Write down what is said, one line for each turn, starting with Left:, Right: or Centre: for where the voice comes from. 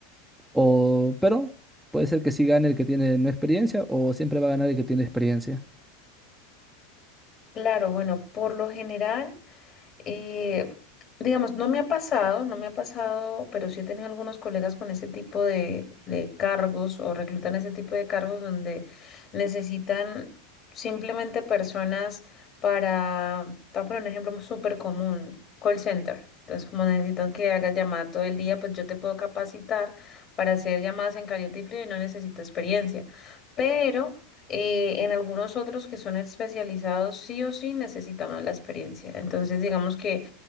Centre: O, pero puede ser que sí gane el que tiene no experiencia o siempre va a ganar el que tiene experiencia.
Left: Claro, bueno, por lo general. Eh, digamos, no me ha pasado, no me ha pasado, pero sí he tenido algunos colegas con ese tipo de, de cargos o reclutan ese tipo de cargos donde necesitan simplemente personas para, te voy a poner un ejemplo súper común, call center. Entonces, como necesitan que hagas llamadas todo el día, pues yo te puedo capacitar para hacer llamadas en caliente y frío y no necesito experiencia. Pero eh, en algunos otros que son especializados, sí o sí necesitamos la experiencia. Entonces, digamos que